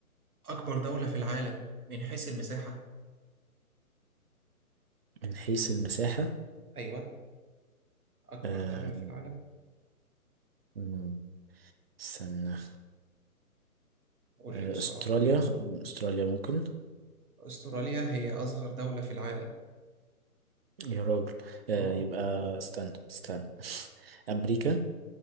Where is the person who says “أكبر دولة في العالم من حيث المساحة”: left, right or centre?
Right